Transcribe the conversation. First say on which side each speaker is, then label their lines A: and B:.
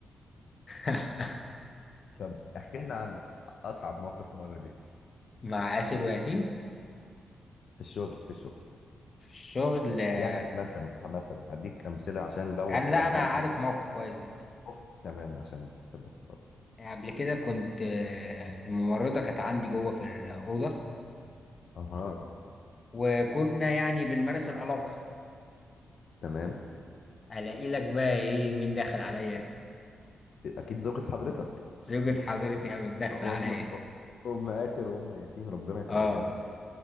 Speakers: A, on the left (about 35°); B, on the left (about 65°).
A: <laughs>
B: طب احكي لنا عن اصعب موقف مر بيك في
A: مع
B: الشغل
A: آسر وياسين
B: في الشغل في الشغل
A: في الشغل آه،
B: يعني مثلا مثلا هديك امثلة عشان لو
A: انا
B: وانا
A: لا انا
B: عارف
A: عارف
B: ان
A: موقف كويس جدا
B: أوف. تمام عشان تمام طب.
A: قبل كده كنت آه، الممرضة كانت عندي جوه في الأوضة
B: اها
A: وكنا يعني بنمارس العلاقة
B: تمام
A: ألاقي لك بقى إيه مين داخل عليا
B: اكيد زوجة حضرتك
A: زوجة حضرتي قامت داخلة
B: ام
A: عليا
B: ام آسر وام ياسين ربنا يخليها
A: آه
B: لك